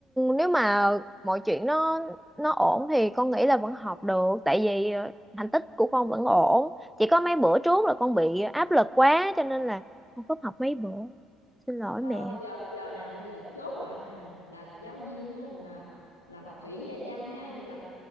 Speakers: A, in the centre; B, on the left.
A: nếu mà mọi chuyện nó nó ổn thì con nghĩ là vẫn học được tại vì ờ, thành tích của con vẫn ổn. Chỉ có mấy bữa trước là con bị áp lực quá cho nên là con cúp học mấy bữa. Xin lỗi
B: Ờ,
A: mẹ.
B: bây giờ bây giờ nè bây giờ chốt lại nè là giáo viên á, là là bà Thủy dạy văn ha với là